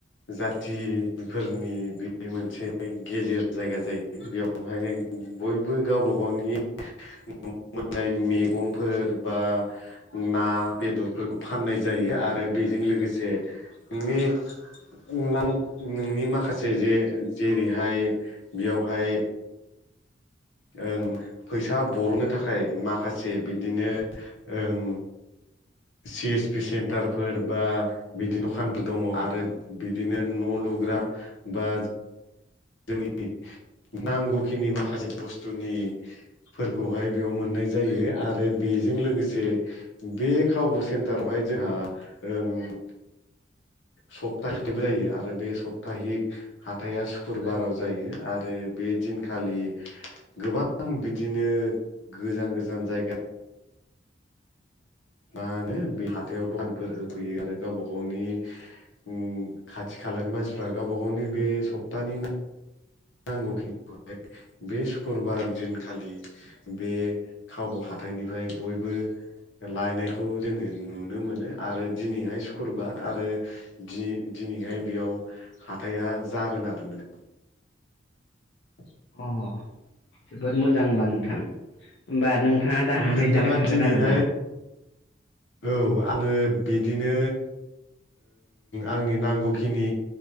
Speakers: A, on the left (about 80°); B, on the left (about 65°).
A: जाथिफोरनि बे मोनसे गेजेर जायगा जायो बेयाव बहाय बयबो गावबा गावनि नआव मोननाय मैगंफोर बा ना बेदरफोरखौ फाननाय जायो आरो बेजों लोगोसे न'नि ओ नों नोंनि माखासे जे-जेरैहाय बेयावहाय ओं फैसा बर'नो थाखाय माखासे बिदिनो ओं सि एस पि सेन्टारफोर बा बिदि दखानफोर दङ आरो बिदिनो न' लुग्रा बा जोंनि नांगौखिनि माखासे बुस्थुनि फोरखौहाय बेयाव मोननाय जायो आरो बेजों लोगोसे बे खाबु सेन्टारावहाय जोंहा ओं सप्ता <unintelligible> जायो आरो बे सप्ताहिक हाथाया सुक्रुबाराव जायो आरो बे दिनखालि गोबां बिदिनो गोजान गोजान जायगा मा होनो बे हाथायाव दखानफोर होफैयो आरो गावबा गावनि उम खाथि खालानि मानसिफ्रा गावबा गावनि बे सप्तानि नांगौखिनिखौहाय बे सुक्रुबार दिनखालि बे खावब' हाथाइनिफ्राय बयबो लायनायखौ जोङो नुनो मोनो आरो दिनैहाय सुक्रुबार आरो दि-दिनैहाय बेयाव हाथाया जागोन आरो नों <inaudible>
B: अ जोबोद मोजां होनबा नोंथां। होमबा नोंथाङा दा हाथाय
A: नोंथाङा
B: जानाय थांगोन
A: दिनैहाय
B: आरोना?
A: औ आङो बेदिनो आंनि नांगौखिनि